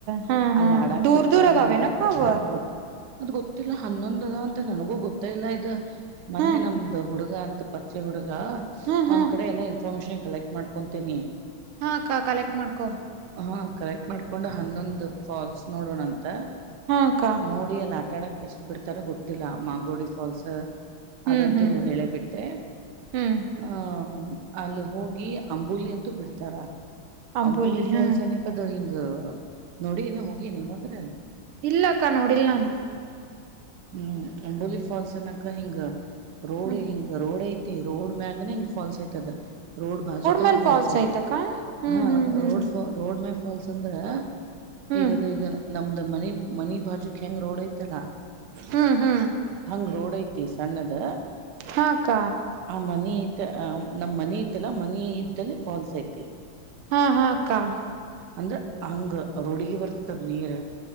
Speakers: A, on the right (about 80°); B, on the right (about 65°).
A: ಹಾ
B: ಅಲ್ಲಿ
A: ಹಾ
B: ಆಡಕ್
A: ದೂರ್
B: ಬಿಡ್ತಾರೋ
A: ದೂರ್ ಅದಾವೇನಕ್ಕ
B: ನೋಡಾಕ್ ಬಿಡ್ತಾರೋ
A: ಅವ
B: ಗೊ ಅದ್ ಗೊತ್ತಿಲ್ಲ ಹನ್ನೊಂದ ಅದವಂತ ನನಗೂ ಗೊತ್ತೆ ಇಲ್ಲ ಇದು. ಮೊನ್ನೆ
A: ಹಾ
B: ನಮ್ದು ಹುಡುಗ ಅಂತ ಪರ್ಚಯಾ ಹುಡ್ಗ.
A: ಹಾ ಹಾ
B: ಅವ್ನ ಕಡೆ ಎಲ್ಲ ಇನ್ಫಾತ್ಮಷನ್ ಕಲೆಕ್ಟ್ ಮಾಡ್ಕೊತೀನಿ.
A: ಹಾ ಅಕ್ಕ ಕಲೆಕ್ಟ್ ಮಾಡ್ಕೋ.
B: ಹಾ ಕಲೆಕ್ಟ್ ಮಾಡ್ಕೊಂಡು ಹನ್ನೊಂದು ಫಾಲ್ಸ್ ನೋಡೋಣಂತ
A: ಹಾ ಅಕ್ಕ
B: ನೋ ಹೇ ಅಲ್ ಆಟಡಕ್ ಎಷ್ಟ್ ಬಿಡ್ತಾರೋ ಗೊತ್ತಿಲ್ಲ ಮಾಗೋಡಿ ಫಾಲ್ಸ್.
A: ಹ್ಮ್
B: ಅದಂತೂ
A: ಹ್ಮ್
B: ಹೇಳೆಬಿಟ್ಟೆ.
A: ಹ್ಮ್
B: ಹಾ ಅಲ್ಲಿ ಹೋಗಿ ಅಂಬೊಲಿ ಅಂತೂ ಬಿಡ್ತಾರ.
A: ಅಂಬೋಲಿ
B: ಅಂಬುಲಿ ಫಾಲ್ಸ್
A: ಹಾ
B: ಅನ್ನೆಕದ ಹಿಂಗ ನೋಡಿಯೆನ ಹೋಗಿಯೆನ ಯಾವಾಗರ.
A: ಇಲ್ಲಕ್ಕಾ ನೋಡಿಲ್ ನಾನ.
B: ಹ್ಮ್ ಅಂಡೊಲಿ ಫಾಲ್ಸ್ ಅನಕ ಹಿಂಗ ರೋಡ್
A: ಹ್ಮ್
B: ಹಿಂಗ ರೋಡ್ ಐತ್. ಅಯ್ತಿ ರೋಡ್ ಮ್ಯಾಗನ ಹಿಂಗ್ ಫಾಲ್ಸ್ ಐತದ. ರೋಡ್ ಬಾಜುಕನ
A: ಮೇಲ್
B: ಫಲ್ಸ್
A: ಫಾಲ್ಸ್
B: ಐತೀ
A: ಐತಕ್ಕ ಹ್ಮ್
B: ಹಾ
A: ಹ್ಮ್ ಹ್ಮ್
B: ರೋಡ್ ಫಾ ರೋಡ್ ಮಗ್. ಫಾಲ್ಸ್ ಅಂದ್ರ
A: ಹ್ಮ್
B: ಈಗದು ಈಗ ನಮ್ದು ಮನಿ ಮನಿ ಬಾಜುಕೆಂಗ್ ರೋಡ್ ಐತಲ್ಲ.
A: ಹ ಹ.
B: ಹಂಗ್ ರೋಡ್ ಐತಿ ಸಣ್ಣದ.
A: ಹಾ ಅಕ್ಕ
B: ಆ ಮನಿ ಐತ್ ನಮ್ ಮನಿ ಇತ್ತಲ್ಲ ಮನಿ ಇದ್ದಲ್ಲಿ ಫಾಲ್ಸ್ ಐತಿ.
A: ಹಾ ಹಾ ಅಕ್ಕಾ.
B: ಅಂದ್ರೆ ಹಂಗ ರೋಡಿಗೆ ಬರ್ತತದ್ ನೀರ